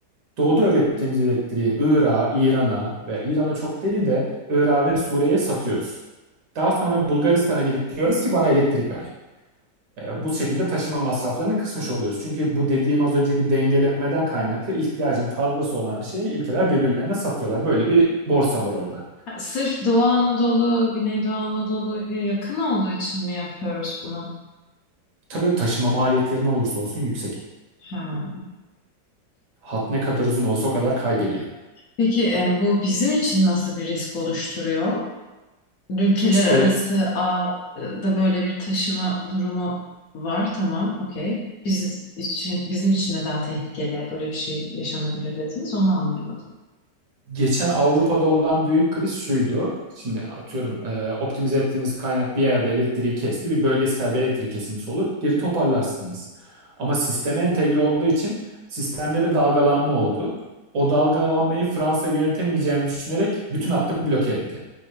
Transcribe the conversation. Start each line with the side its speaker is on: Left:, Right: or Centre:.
Right: doğuda öğrettiğimiz elektriği Irak'a, İran'a ve İran'a çok değil de Irak'a ve Suriye'ye satıyoruz. Daha sonra Bulgaristan'a gidip diyoruz ki bana elektrik ver. Ee, bu şekilde taşıma masraflarını kısmış oluyoruz. Çünkü bu dediğim az önceki dengelemeden kaynaklı ihtiyacın fazlası olan şeyi ülkeler birbirlerine satıyorlar. Böyle bir borsa var orada.
Left: Sırf Doğu Anadolu, Güneydoğu Anadolu'ya yakın olduğu için mi yapıyoruz bunu?
Right: Tabii taşıma maliyetleri ne olursa olsun yüksek.
Left: Ha.
Right: Hat ne kadar uzun olsa o kadar kaybediyor.
Left: Peki e, bu bizim için nasıl bir risk oluşturuyor? Ülkeler
Right: İşte
Left: arası ağda böyle bir taşıma durumu var. Tamam, okey. Biz için, bizim için neden tehlikeli böyle bir şey yaşanabilir dediniz? Onu anlayamadım.
Right: geçen Avrupa'da olan büyük kriz şuydu. Şimdi atıyorum e, optimize ettiğiniz kaynak bir yerde elektriği kesti. Bir bölgesel bir elektrik kesintisi olur. Geri toparlarsınız. Ama sisteme entegre olduğu için sistemde bir dalgalanma oldu. O dalgalanmayı Fransa yönetemeyeceğini düşünerek bütün hattı bloke etti.